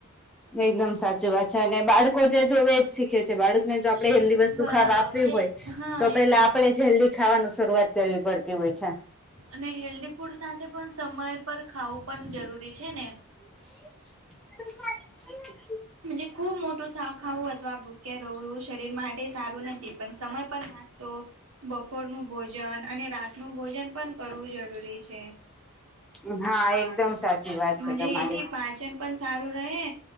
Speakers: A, in the centre; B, on the right.
A: એકદમ સાચી વાત છે, અને બાળકો જે જોવે શીખે છે, બાળકને જો આપણે
B: શીખ
A: હેલ્ધી વસ્તુ
B: બરાબર
A: ખાવા આપવી
B: મજે
A: હોય
B: હા
A: તો પેલા
B: એકદમ
A: આપણેે જ હેલ્ધી ખાવાનું શરૂઆત કરવી પડતી હોય છે..
B: અને હેલ્ધી ફૂડ સાથે પન સમય પર ખાવું પન જરૂરી છે, ને?
A: <inaudible>
B: મુજે ખુબ મોટું સાવ ખાવું હતું આ ભૂખ્યા રહવું એવુ શરીરમાં તે સારું નથી પણ સમય પર નાસ્તો બપોરનું ભોજન અને રાતનું ભોજન પન કરવું જરૂરી છે.
A: હા
B: <unintelligible>
A: એકદમ સાચી વાત
B: મજે
A: છે તમારી.
B: એથી પાચન પન સારું રહે